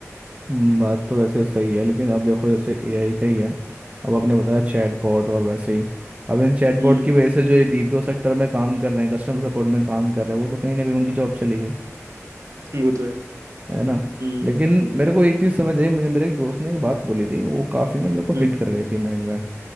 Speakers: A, on the right; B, on the right.
A: हम्म, बात तो वैसे सही है लेकिन अब देखो जैसे एआई का ही है अब आपने बताया चैटबॉट और वैसे ही अब इन चैटबॉट
B: हम्म
A: की वजह से जो ये बीपीओ सेक्टर में काम कर रहे हैं कस्टमर सपोर्ट में काम कर रहे हैं वो तो कहीं ना कहीं उनकी जॉब चली गई
B: वो तो है
A: है ना
B: हम्म
A: लेकिन मेरे को एक चीज़ समझ आई मुझे मेरे एक दोस्त ने एक बात बोली थी वो काफ़ी ना मेरे को
B: हम्म
A: हिट कर गई थी माइंड में